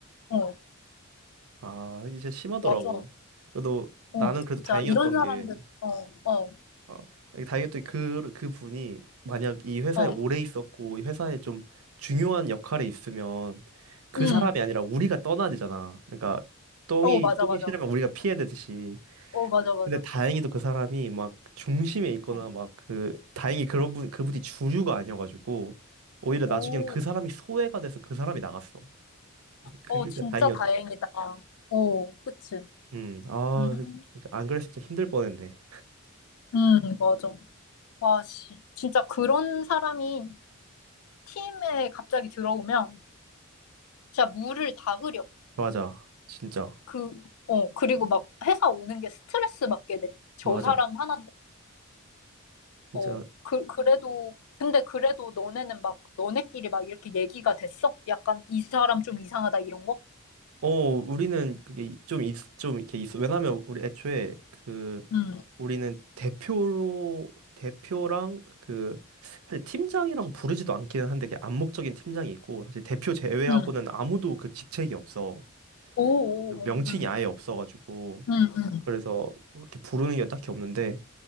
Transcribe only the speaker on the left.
어, 어. 어,
맞아.
어, 진짜
이런 사람들.
어, 어,
어.
음.
어, 맞아,
맞아.
어, 맞아, 맞아.
어.
오,
어,
진짜
다행이다.
오, 그치.
음,
음, 맞아. 와, 씨. 진짜 그런 사람이 팀에 갑자기 들어오면 진짜 물을 다 흐려.
그, 어, 그리고 막 회사 오는 게 스트레스 받게 돼. 저
사람 하나,
어, 그, 그래도, 근데 그래도 너네는 막, 너네끼리 막 이렇게 얘기가 됐어? 약간 이 사람 좀 이상하다 이런 거?
응,
응.
오, 오,
응,
응, 응,